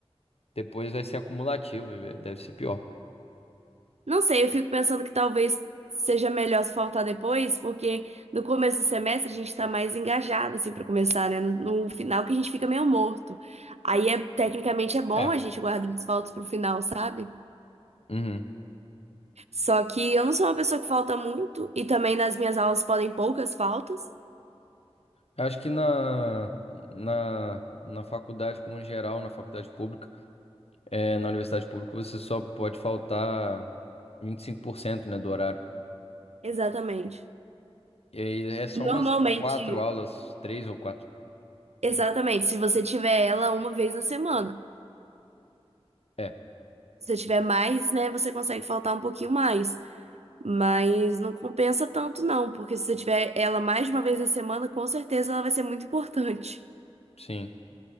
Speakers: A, on the left; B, on the right.
A: Depois vai ser acumulativo, e deve ser pior.
B: Não sei, eu fico pensando que talvez seja melhor se faltar depois, porque no começo do semestre a gente tá mais engajado, assim, pra começar, né? No, no final que a gente fica meio morto. Aí, é, tecnicamente, é bom
A: É.
B: a gente guardar os faltos pro final, sabe?
A: Uhum.
B: Só que eu não sou uma pessoa que falta muito, e também nas minhas aulas podem poucas faltas.
A: Eu acho que na, na, na faculdade, como em geral, na faculdade pública, é, na universidade pública, você só pode faltar vinte e cinco por cento né, do horário.
B: Exatamente.
A: E aí, é só
B: Normalmente,
A: umas quatro aulas, três ou quatro.
B: exatamente, se você tiver ela uma vez na semana.
A: É,
B: Se você tiver mais, né, você consegue faltar um pouquinho mais. Mas não compensa tanto, não, porque se você tiver ela mais de uma vez na semana, com certeza ela vai ser muito importante.
A: sim.